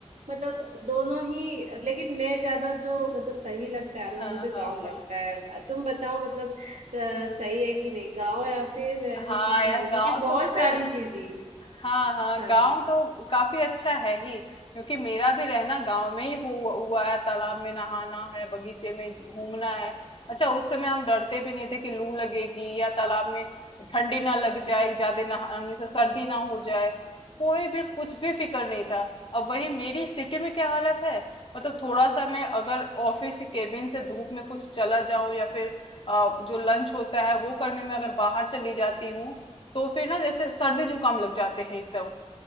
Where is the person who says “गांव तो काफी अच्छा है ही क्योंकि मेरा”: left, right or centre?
Left